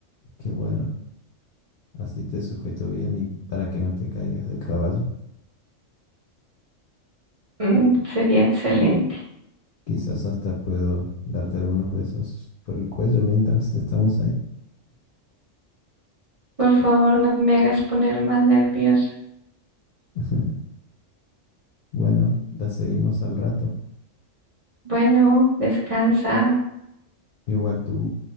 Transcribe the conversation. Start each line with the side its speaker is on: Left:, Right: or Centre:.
Left: qué bueno, así te sujeto bien y para que no te caigas del caballo.
Right: Mm, sería excelente.
Left: Quizás hasta puedo darte algunos besos por el cuello mientras estamos ahí.
Right: Por favor, no me hagas poner más nerviosa.
Left: <laughs> Bueno, la seguimos al rato.
Right: Bueno, descansa.
Left: Igual tú.